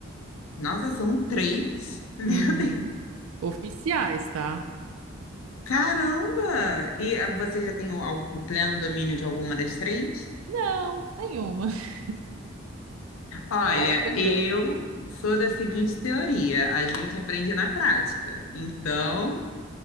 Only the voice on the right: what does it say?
Uhum. Oficiais, tá?
Não, nenhuma. <laughs>
Bora aprender.